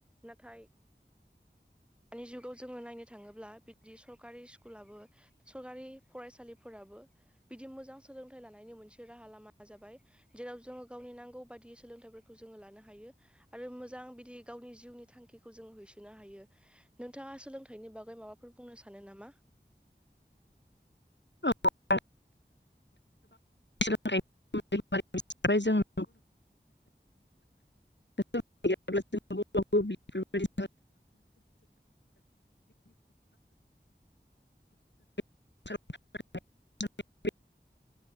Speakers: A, in the centre; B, on the left.
A: नाथाय दानि जुगाव जोङो नायनो थाङोब्ला बिदि सरकारि स्कुलाबो सरकारि फरायसालिफोराबो बिदि मोजां सोलोंथाइ लानायनि मोनसे राहा लामाया जाबाय। जेराव जोङो गावनि नांगौ बायदियै सोलोंथाइफोरखौ जोङो लानो हायो। आरो मोजां बिदि गावनि जिउनि थांखिखौ जोङो होसोनो हायो। नोंथाङा सोलोंथाइनि बागै माबाफोर बुंनो सानो नामा?
B: <unintelligible> <unintelligible> <unintelligible> <unintelligible>